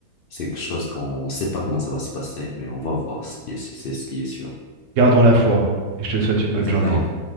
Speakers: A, on the left; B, on the right.
A: C'est quelque chose qu'on ne sait pas comment ça va se passer, mais on va voir ce qui est, c'est ce qui est sûr.
B: Gardons la foi, et je te souhaite une bonne
A: Exactement.
B: journée.